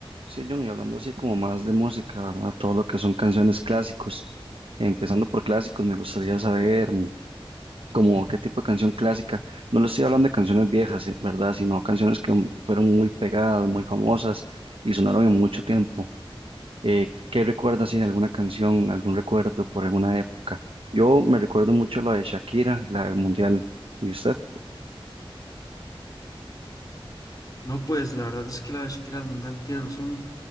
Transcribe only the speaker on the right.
Sí, John, y hablando así como más de música, ¿verdad? Todo lo que son canciones clásicos. Empezando por clásicos, me gustaría saber mm, como qué tipo de canción clásica. No le estoy hablando de canciones viejas, eh, ¿verdad? Sino canciones que mm, fueron muy pegadas, muy famosas y sonaron en mucho tiempo. Eh, ¿qué recuerdas si alguna canción, algún recuerdo por alguna época? Yo me recuerdo mucho la de Shakira, la del Mundial. ¿Y usted?